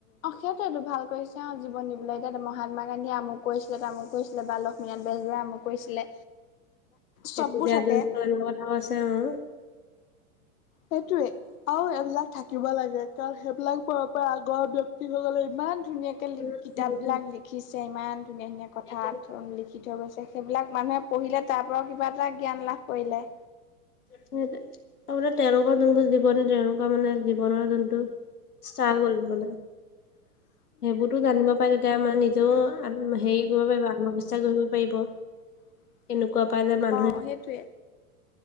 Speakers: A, on the left (about 65°); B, on the left (about 85°).
A: অ', সেইটোৱেইতো ভাল কৰিছে, অ', জীৱনী দিবলৈ এতিয়াত মহাত্মা গান্ধীয়ে আমু কৰিছিলে তামু কৰিছিলে বা লক্ষ <unintelligible> বেজবৰা আমুক কৰিছিলে। চববোৰ
B: এ পি জে
A: থাকে।
B: আব্দুল কালামৰ কথা কৈছে, উম।
A: সেইটোৱে আৰু এইবিলাক থাকিব লাগে, কাৰণ সেইবিলাকবোৰৰ পৰা আগৰ ব্যক্তি ব্যক্তি সকলে ইমান ধুনীয়াকে লি
B: উম,
A: কিতাপ
B: উম,
A: বিলাক লিখিছে, ইমান ধুনীয়া ধুনীয়া কথা
B: সেইটোৱে।
A: লি লিখি থৈ গৈছে, সেইবিলাক মানুহে পঢ়িলে তাৰ পৰাও কিবা এটা জ্ঞান লাভ কৰিলে।
B: <unintelligible> তেওঁলোকৰ <unintelligible> তেওঁলোক তেনেকুৱা, মানে জীৱনৰ যোনটো ষ্টাৰ গ'ল মানে।
A: <inaudible>
B: সেইবোৰতো জানিব পাৰে, তেতিয়া নিজেও হেৰি কৰিব পাৰিব আত্মবিশ্বাস গঢ়িব পাৰিব।
A: <inaudible>
B: এনেকুৱা পাই যে মানুহে
A: অ', সেইটোয়ে।